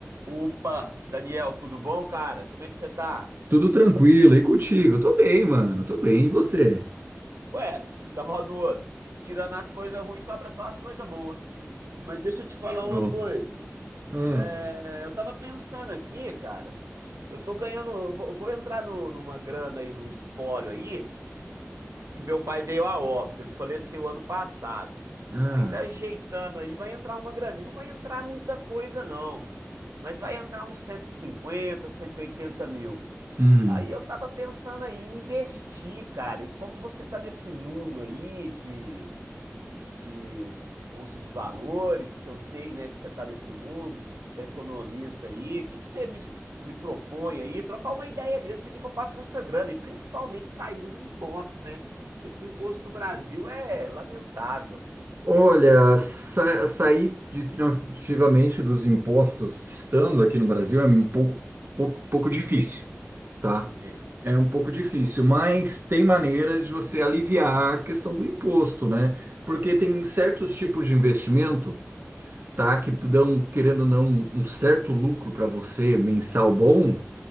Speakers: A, on the right (about 80°); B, on the right (about 45°).
A: Opa, Daniel, tudo bom, cara? Como é que você tá?
B: Tudo tranquilo, e contigo? Tô bem, mano, tô bem, e você?
A: Ué, da mão do outro. Tirando as coisas ruins, sobra só as coisas boas. Mas deixa eu te falar
B: Ô.
A: uma coisa.
B: Ah,
A: É, eu tava pensando aqui, cara. Eu tô ganhando. Eu vou, eu vou entrar no- numa grana aí, num espólio aí, que meu pai veio a óbito. Ele faleceu ano passado.
B: Ah,
A: Aí tá ajeitando aí, vai entrar uma graninha. Não vai entrar muita coisa, não. Mas vai entrar uns cento cento e cinquenta, cento e oitenta mil.
B: hum.
A: Aí eu tava pensando aí em investir, cara. E como você tá nesse mundo aí de, de bolsa de valores, que eu sei, né, que você tá nesse mundo, você é economista aí, o que que você me, me propõe aí? Trocar uma ideia mesmo, ver o que que eu faço com essa grana e principalmente sair dos impostos, né? Porque esse imposto no Brasil é lamentável.
B: Olha, sa sair de- definitivamente dos impostos estando aqui no Brasil é um pouco, pouco, pouco difícil, tá?
A: Entendo.
B: É um pouco difícil, mas tem maneiras de você aliviar a questão do imposto, né? Porque tem certos tipos de investimento, tá? Que dão, querendo ou não, um certo lucro para você mensal bom.